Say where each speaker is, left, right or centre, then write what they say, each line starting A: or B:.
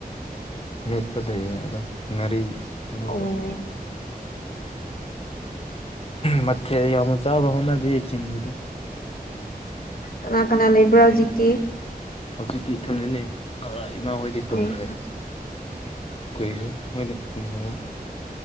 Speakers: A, on the left; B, on the left.
A: ꯃꯦꯠꯄ ꯂꯩꯌꯦ ꯑꯗꯣ ꯉꯥꯔꯤꯠꯄ
B: ꯑꯣ
A: ꯃꯊ ꯌꯥꯝꯃ ꯆꯥꯕ ꯍꯧꯅꯗꯤꯦ ꯆꯤꯡꯤꯡꯗꯗꯤ
B: ꯀꯅꯥ ꯀꯅꯥ ꯂꯩꯕ꯭ꯔꯥ ꯍꯧꯖꯤꯛꯀꯤ
A: ꯍꯧꯖꯤꯛꯇꯤ ꯏꯊꯟꯗꯅꯤ ꯏꯃꯥ ꯍꯣꯏꯗꯤ ꯇꯨꯝꯈ꯭ꯔꯦ
B: ꯑꯣ
A: ꯀꯨꯏꯍꯣꯏ ꯃꯣꯏꯅꯤ ꯄꯨꯡꯍ